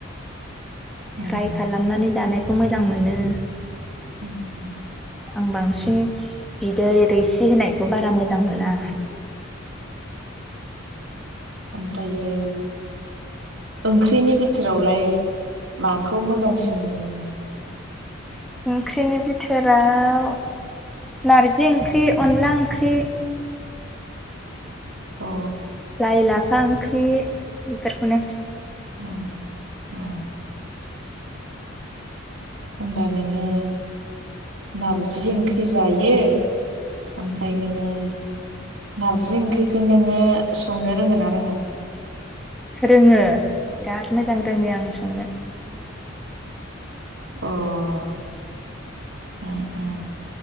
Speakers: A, on the right; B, in the centre.
A: ओम
B: फ्राइ खालामनानै जानायखौ मोजां मोनो
A: <inaudible>
B: आं बांसिन बिदै रैसि होनायखौ बारा मोजां मोना
A: ओमफ्रायो ओंख्रिनि बिथोरावलाय माखौ मोजांसिन मोनो नोङो
B: ओंख्रिनि बि फोराव नारजि ओंख्रि अनला ओंख्रि
A: अ
B: लाइ लाफा ओंख्रि बेफोरखौनो
A: अ अ होमबा नोङो नारजि ओंख्रि जायो ओमफ्राय नोङो नारजि ओंख्रिखौ नोङो संनो रोङो ना रोङा?
B: रोङो बिराद मोजां रोङो आङो संनो।
A: अह ए ए